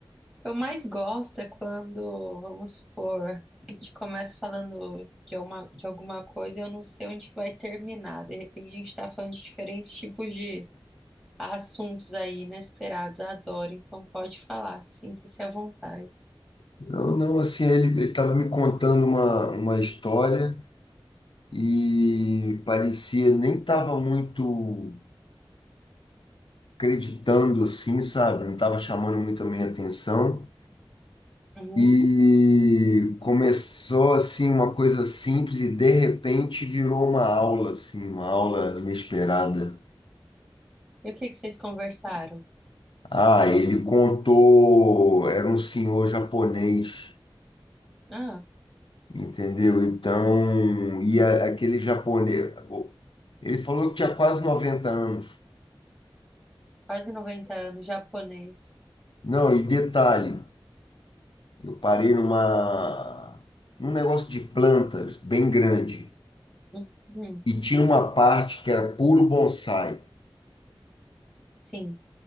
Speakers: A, in the centre; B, on the left (about 70°).
A: que eu mais gosto é quando, vamos supor, a gente começa falando de alguma, de alguma coisa e eu não sei onde que vai terminar. De repente a gente está falando de diferentes tipos de assuntos aí inesperados. Adoro. Então pode falar. Sinta-se à vontade.
B: Não, não, assim, ele, ele tava me contando uma, uma história e parecia, nem tava muito acreditando, assim, sabe? Não tava chamando muito a minha atenção.
A: Uhum.
B: E começou assim uma coisa simples e de repente virou uma aula assim, uma aula inesperada.
A: E o que que vocês conversaram?
B: Ah, ele contou, era um senhor japonês,
A: Ah,
B: entendeu? Então, e a- aquele japonês, ele falou que tinha quase 90 anos.
A: quase noventa anos, japonês.
B: Não, e detalhe, eu parei numa num negócio de plantas bem grande
A: Uhum.
B: e tinha uma parte que era puro bonsai.
A: Sim.